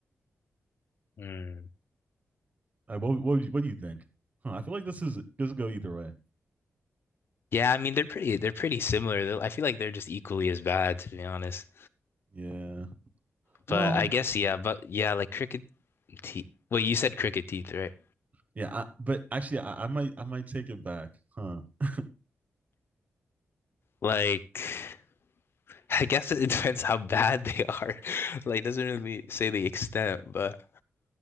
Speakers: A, on the left; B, on the right.
A: Mm.
B: Like, what what, would you, what do you think? Huh, I feel like this is this will go either way.
A: Yeah, I mean they're pretty they're pretty similar. They're- I feel like they're just equally as bad to be honest.
B: Yeah.
A: But
B: Well,
A: I guess yeah, but yeah, like crooked teeth. Well, you said crooked teeth, right?
B: yeah, I, but actually, I, I might I might take it back, huh? <laughs>
A: Like <laughs> I guess it <laughs> depends how bad they are. <laughs> Like it doesn't really say the extent, but